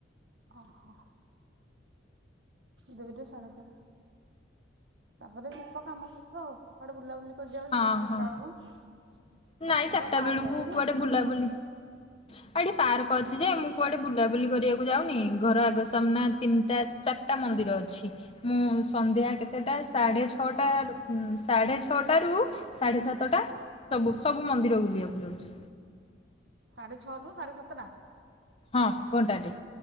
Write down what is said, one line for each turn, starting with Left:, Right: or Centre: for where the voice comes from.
Right: ଅ ହ। ଦୁଇରୁୁ ସାଢେ ଦୁଇ। ତାପରେ ଶେଷ କାମ ଶେଷ ଆଉ। କୁଆଡେ ବୁଲାବୁଲି କରି ଯାଉଚ
Left: ହଁ ହଁ
Right: ଚାରଟା ବେଳକୁ? ପାଖରେ
Left: ନାଇଁ ଚାରିଟା
Right: ବା ପାର୍କ
Left: ବେଳକୁ
Right: ଅଛି
Left: କୁଆଡେ
Right: ହୁଁ
Left: ବୁଲାବୁଲି ଆ ଏଠି ପାର୍କ ଅଛି ଯେ ମୁଁ କୁଆଡେ ବୁଲାବୁଲି କରିବାକୁ ଯାଉନି। ଘର ଆଗ ସାମ୍ନା ତିନିଟା ଚାରିଟା ମନ୍ଦିର ଅଛି। ମୁଁ ସନ୍ଧ୍ୟା କେତେଟା ସାଢେ ଛଅଟା ରୁ ସାଢେ ଛଅଟାରୁ ସାଢ଼େ ସାତଟା ସବୁ ସବୁ ମନ୍ଦିର ବୁଲିବାକୁ ଯାଉଚି।
Right: ସାଢେ ଛଅରୁୁ ସାଢେ ସାତଟା?
Left: ହଁ ଘଣ୍ଟା ଟେ।